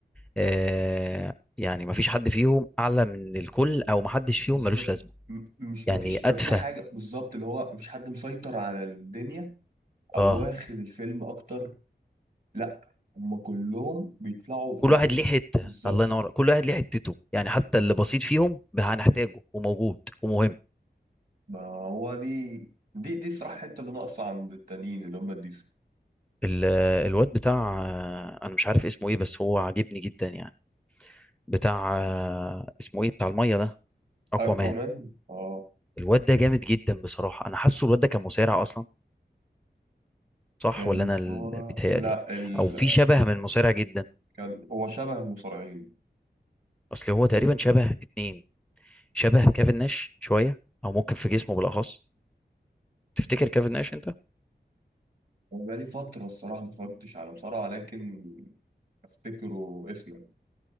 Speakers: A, in the centre; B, on the right (about 55°).
A: آه يعني مفيش حد فيهم أعلى من الكل أو محدش فيهم
B: بالظبط
A: ملوش لازمة
B: م- مش
A: يعني
B: مفيش ما
A: أتفه
B: في حاجه بالظبط اللي هو مفيش حد مسيطر على الدنيا او
A: اه
B: واخد الفيلم اكتر لا هم كلهم بيطلعوا في
A: كل واحد
B: كده
A: ليه حتة
B: بالظبط
A: الله ينور
B: في-
A: كل واحد ليه حتته يعني حتى اللي بسيط فيهم هنحتاجه وموجود ومهم
B: ما هو دي دي دي الصراحة الحتة اللي ناقصة عند التانيين اللي هم الديسي
A: ال- الواد بتاع آه، انا مش عارف اسمه ايه بس هو عاجبني جدا يعني بتاع آه، اسمه ايه بتاع الميه ده اكوامان
B: اكوامان اه
A: الواد ده جامد جدا بصراحه انا حاسه الواد ده كان مصارع اصلا صح
B: كان
A: ولا
B: مصارع
A: انا اللي بيتهيألي
B: لا ال...
A: او في شبه من مصارع جدا
B: كان هو شبه المصارعين
A: اصل هو تقريبا شبه اتنين شبه كيفن ناش شويه او ممكن في جسمه بالاخص تفتكر كيفن ناش انت
B: انا بقالي فترة الصراحة ما اتفرجتش على مصارعة لكن افتكره اسما